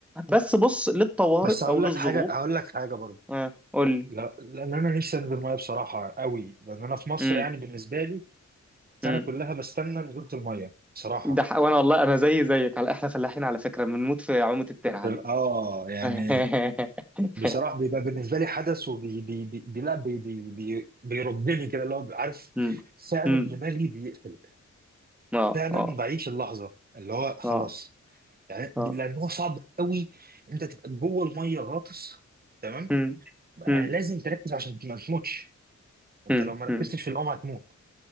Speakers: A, in the centre; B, on the right.
A: بس بص للطوارئ
B: بس هقول
A: او للظروف
B: لك حاجه هقول لك حاجه برضه
A: آه قول لي
B: لا لان انا نفسي انزل ميه بصراحه قوي لان انا في مصر
A: امم
B: يعني بالنسبه لي السنه
A: امم
B: كلها بستنى نزوله الميه بصراحه
A: ده ح- وانا والله انا زي زيك على احنا فلاحين على فكره بنموت في عومه الترعه دي
B: اه يعني
A: <laughs>
B: بصراحه بيبقى بالنسبه لي حدث وبي بي بي بي لا بي بي بي بيربني كده اللي هو عارف
A: أمم،
B: فعلا
A: أمم.
B: دماغي بيقفل
A: اه
B: فعلا
A: اه
B: بعيش اللحظه اللي هو خلاص
A: اه
B: يعني لان
A: اه
B: هو صعب قوي انت تبقى جوه الميه غاطس تمام
A: امم
B: آه،
A: امم
B: لازم تركز عشان ما تموتش انت
A: امم
B: لو ما ركزتش
A: امم
B: في الأم هتموت